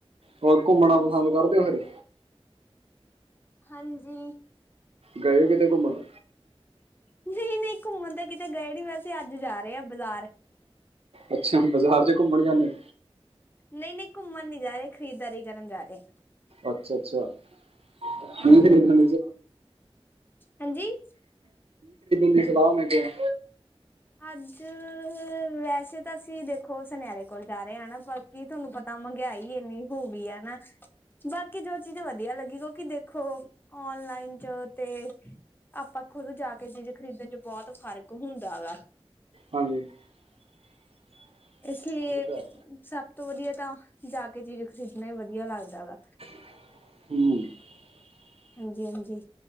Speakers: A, on the right; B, on the left.
A: ਹੋਰ ਘੁੰਮਣਾ
B: ਹਾਂਜੀ
A: ਪਸੰਦ ਕਰਦੇ ਹੋ ਫਿਰ?
B: ਹਾਂਜੀ
A: ਗਏ ਕਿਤੇ ਘੁੰਮਣ?
B: ਨਹੀਂ ਨਹੀਂ ਘੁੰਮਣ ਤਾਂ ਕਿਤੇ ਗਏ ਨੀ ਵੈਸੇ ਅੱਜ ਜਾ ਰਹੇ ਆ ਬਜ਼ਾਰ!
A: ਅੱਛਾ ਬਾਜ਼ਾਰ ਚ ਘੁੰਮਣ ਜਾਂਦੇ?
B: ਨਹੀਂ ਨਹੀਂ ਘੁੰਮਣ ਨੀ ਜਾ ਰਹੇ ਖਰੀਦਦਾਰੀ ਕਰਨ ਜਾ ਰਹੇ।
A: ਅੱਛਾ ਅੱਛਾ <inaudible> ਕੀ
B: ਹਾਂਜੀ
A: ਖਰੀਦਣ
B: ਹਾਂਜੀ ਹਾਂਜੀ
A: ਦੀ ਸਲਾਹ ਮੈਂ ਕਿਹਾ!
B: ਅੱਜ ਵੈਸੇ ਤਾਂ ਅਸੀਂ ਦੇਖੋ ਸੁਨਿਆਰੇ ਕੋਲ ਜਾ ਰਹੇ ਹ ਨਾ ਪਰ ਕੀ ਤੁਹਾਨੂੰ ਪਤਾ। ਮਹਿੰਗਾਈ ਇੰਨੀ ਹੋ ਗਈ ਹੈ ਨਾ! ਬਾਕੀ ਜੋ ਚੀਜ਼ ਵਧੀਆ ਲੱਗੀ ਕਿਉਂਕਿ ਦੇਖੋ ਓਨਲਾਈਨ ਚ ਤੇ! ਆਪਾਂ ਖੁਦ ਜਾ ਕੇ ਚੀਜ਼ ਖਰੀਦਣ ਚ ਬਹੁਤ ਫ਼ਰਕ ਹੁੰਦਾ ਵੈ।
A: ਹਾਂਜੀ। <unintelligible>
B: ਇਸ ਲਈ
A: ਇਹ ਤਾਂ ਹੈ
B: ਸਭ ਤੋਂ ਵਧੀਆ ਤਾਂ ਜਾ ਕੇ ਚੀਜ਼ ਖਰੀਦਣਾ ਹੀ ਵਧੀਆ ਲੱਗਦਾ ਵੈ
A: <unintelligible> <unintelligible>
B: ਹਾਂਜੀ ਹਾਂਜੀ